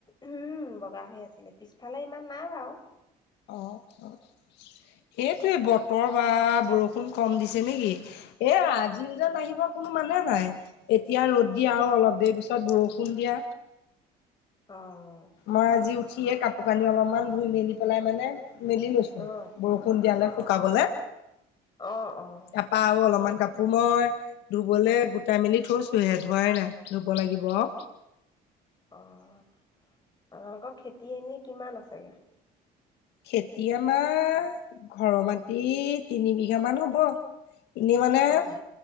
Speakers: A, on the left (about 25°); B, on the left (about 85°).
A: উম বগা হৈ আছিলে পিছফালে ইমান নাই বাও
B: অ অ সেইটোৱেই বতৰ বা বৰষুণ কম দিছে নেকি এ আজিও
A: অ',
B: যেনাহিব কোনো মানে নাই এতিয়া ৰ'দ দিয়া আৰু অলপ দেৰি পিছত বৰষুণ দিয়া।
A: অ',
B: মই আজি উঠিয়ে কাপোৰ কানি অলপমান ধুই মেলি পেলাই মানে মেলি লৈছো
A: অ',
B: বৰষুণ দিয়ালে
A: অ',
B: শুকাবলে
A: অ', অ',
B: তাপা আও অলপমান কাপোৰ মই ধুবলৈ গোটাই মেলি থৈছোহে ধোৱাই নাই ধুব লাগিব আও
A: অ আপনালোকৰ খেতি‌ এনে কিমান আছেগে
B: খেতি আমাৰ ঘৰৰ মাটি তিনি বিঘামান হব। এনেই মানে
A: অ',